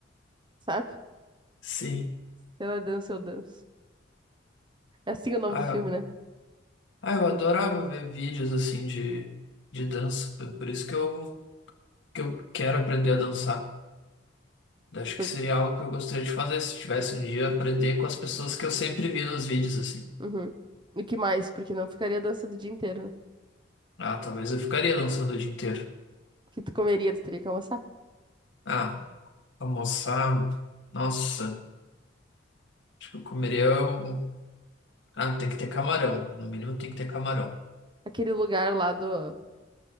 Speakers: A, on the right (about 25°); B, on the left (about 70°).
A: sabe?
B: Sim.
A: Se ela dança, eu danço. É assim o nome
B: ah
A: do filme, né?
B: Ah, eu adorava ver vídeos assim de, de dança, p- por isso que eu, que eu quero aprender a dançar. Eu Acho
A: Tu-
B: que seria algo que eu gostaria de fazer se tivesse um dia aprender com as pessoas que eu sempre vi nos vídeos assim.
A: Uhum. E que mais? Porque não ficaria dançando o dia inteiro, né?
B: Ah, talvez eu ficaria dançando o dia inteiro.
A: O que tu comeria, tu teria que almoçar.
B: Ah, almoçar, nossa, acho que eu comeria um... Ah, tem que ter camarão, no mínimo tem que ter camarão.
A: Aquele lugar lá do.